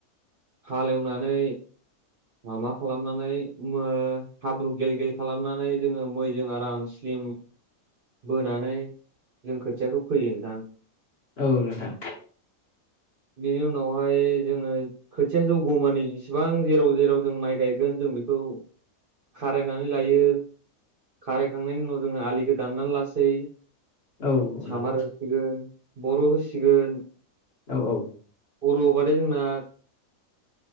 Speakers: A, on the right; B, on the left.
A: हालेवनानै। माबा खालामनानै ओमो हाब्रु गेल-गेल खालामनानै जोङो मैजों आराम स्लिम।
B: <inaudible>
A: बोनानै जों खोथियाखौ फोयो नोंथां।
B: औ नोंथां।
A: बिनि उनावहाय जोङो खोथिया जौग'मानि जेसेबां जेराव-जेराव जों माइ गायगोन जों। जों बेखौ खारायनानै लायो खारायखांनायनि उनाव जोङो आलिखौ दाननानै लासै
B: औ औ
A: सामार
B: नोंथां
A: होसिगोन बर' होसिगोन
B: औ औ
A: बर' होबाथाय जोंना